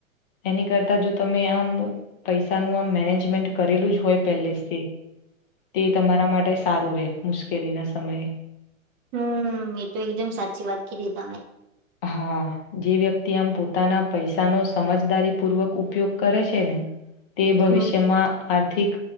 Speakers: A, on the left; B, on the right.
A: એની કરતા જો તમે આમ પૈસાનું આમ મેનેજમેન્ટ કરેલું જ હોય પેલે થી તે તમારા માટે સારું રહેે મુશ્કેલી ના સમયે
B: હમ એ તો એકદમ સાચી વાત કીધી તમે
A: હા જે વ્યક્તિ આમ પોતાના પૈસાનો સમજદારી પૂર્વક ઉપયોગ કરે છે ને <inaudible> તે ભવિષ્યમાં
B: હમ
A: આર્થિક